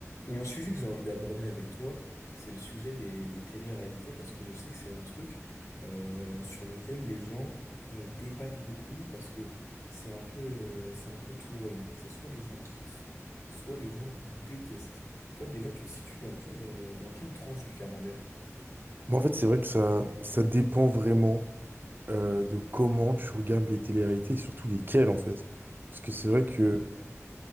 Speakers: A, on the left (about 65°); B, on the right (about 40°).
A: Il y a un sujet que j'ai envie d'aborder avec toi, c'est le sujet des, des téléréalités, parce que je sais que c'est un truc euh, sur lequel les gens euh, débattent beaucoup, parce que c'est un peu, euh, c'est un peu tout ou rien. C'est soit les gens kiffent, soit les gens détestent. Toi, déjà, tu te situes dans quelle, euh, dans quelle tranche du camembert?
B: Moi, en fait, c'est vrai que ça, ça dépend vraiment euh, de comment tu regardes les téléréalités et surtout lesquelles, en fait. Parce que c'est vrai que
A: Ok.